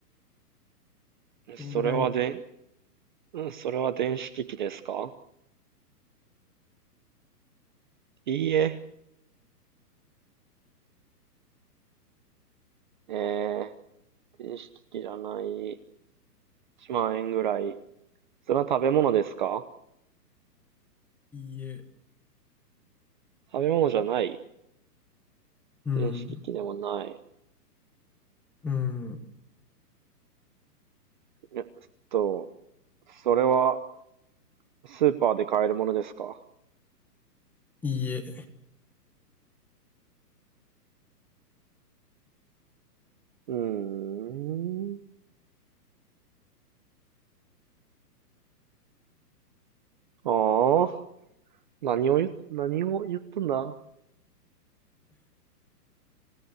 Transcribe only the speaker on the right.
それはで、それは電子機器ですかいいえ、えー、電子機器じゃない。1万円ぐらい。それは食べ物ですか
食べ物じゃない
電子機器でもない。
えっと、それはスーパーで買えるものですか
うーん。ああ、何を言、何を言ったんだ